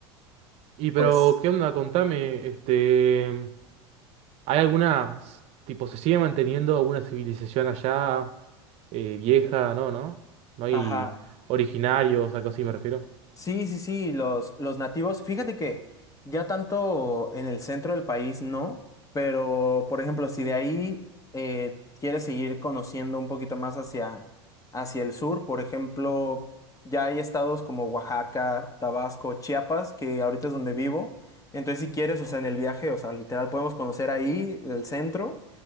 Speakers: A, on the right; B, on the left.
A: Y pero,
B: pues...
A: ¿qué onda? Contame, este, ¿hay alguna, s- tipo, se sigue manteniendo alguna civilización allá eh, vieja? No, ¿no? No hay
B: Ajá,
A: originarios, algo así me refiero.
B: Sí, sí, sí, los, los nativos. Fíjate que ya tanto en el centro del país no, pero por ejemplo, si de ahí eh, quieres seguir conociendo un poquito más hacia, hacia el sur, por ejemplo, ya hay estados como Oaxaca, Tabasco, Chiapas, que ahorita es donde vivo. Entonces, si quieres, o sea, en el viaje, o sea, literal podemos conocer ahí el centro